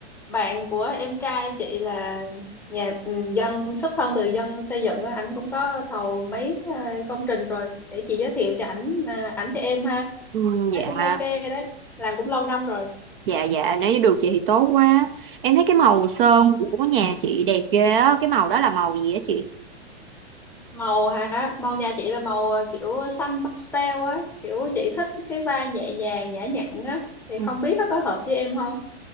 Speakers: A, in the centre; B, on the right.
A: bạn của em trai chị là nhà ừ, dân xuất thân từ dân xây dựng á ảnh cũng có thầu mấy ờ, công trình rồi để chị giới thiệu cho ảnh ờ, ảnh cho em ha
B: Ừ, dạ,
A: thấy cũng ok đấy làm cũng lâu năm rồi
B: dạ dạ nếu như được chị thì tốt quá. Em thấy cái màu sơn của nhà chị đẹp ghê á, cái màu đó là màu gì á chị?
A: màu hả màu nhà chị là màu ờ, kiểu xanh pastel á kiểu chị thích cái vai nhẹ nhàng nhã nhặn á thì
B: Ừ,
A: không biết nó có hợp với em không